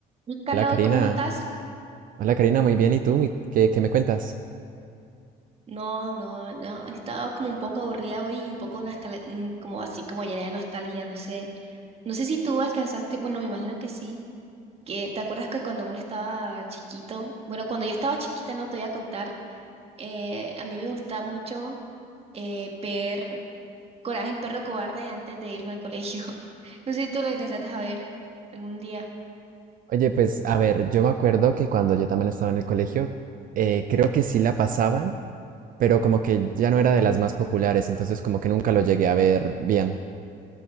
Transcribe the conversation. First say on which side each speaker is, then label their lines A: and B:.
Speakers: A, on the right; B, on the right.
A: Hola, Carla,
B: Hola Karina,
A: ¿cómo estás?
B: hola Karina, muy bien. ¿Y tú? Muy- ¿Qué, qué me cuentas?
A: No, no, no, he estado como un poco aburrida hoy y un poco nostal- mm, como así, como llena de nostalgia, no sé. No sé si tú alcanzaste, bueno, me imagino que sí, que te acuerdas que cuando uno estaba chiquito, bueno, cuando yo estaba chiquita, no te voy a contar, eh, a mí me gustaba mucho eh, ver Coraje el perro cobarde antes de irme al colegio. <laughs> No sé si tú lo alcanzaste a ver algún día.
B: Oye, pues a ver, yo me acuerdo que cuando yo también estaba en el colegio, eh, creo que sí la pasaban, pero como que ya no era de las más populares, entonces como que nunca lo llegué a ver bien.